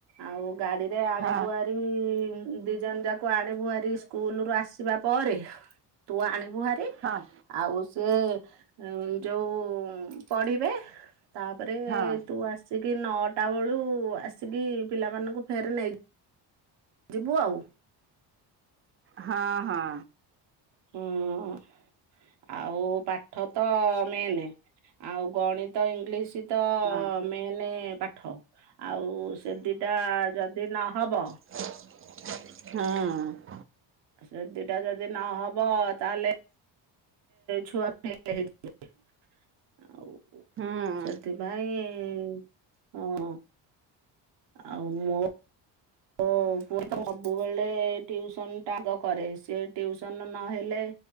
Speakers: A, on the right; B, on the right.
A: ଆଉ ଗାଡିରେ
B: ହଁ
A: ଆଣିବୁ ହେରି ହେରି ଦି ଜଣ ଯାକୁ ଆଣିବୁ ହେରି ସ୍କୁଲ ରୁ ଆସିବା ପରେ। ତୁ ଆଣିବୁ ହେରି।
B: ହଁ।
A: ଆଉ ସିଏ ଯୋଉ ପଢିବେ। ତାପରେ
B: ହଁ
A: ତୁ ଆସିକି ନଅଟା ବେଳୁ ଆସିକି ପିଲାମାନଙ୍କୁ ଫେର୍ ନେଇ ଯିବୁ ଆଉ।
B: ହଁ ହଁ।
A: ହୁଁ। ଆଉ ତାପ୍ ପାଠ ତ ମେନ୍ ଆଉ ଗଣିତ ଇଂଲିଶ ତ
B: ହୁଁ ହଁ ହଁ ହଁ
A: ମେନେ ପାଠ ଆଉ ସେ ଦିଟା ଯଦି ନହବ
B: ହଁ।
A: ସେ ଦିଟା ଯଦି ନହବ ତାହେଲେ ଛୁଆ ଫେର୍ ଫେରି ଯିବେ ଆଉ।
B: ହଁ।
A: ସେଥିପାଇଁ ଅଁ ଆଉ ମୋ ମୋର ପୁଅ ତ ସବୁବେଳେ ଟିଉସନ୍ ଟା ଆଗ କରେ ସେ ଟିଉସନ୍ ନହେଲେ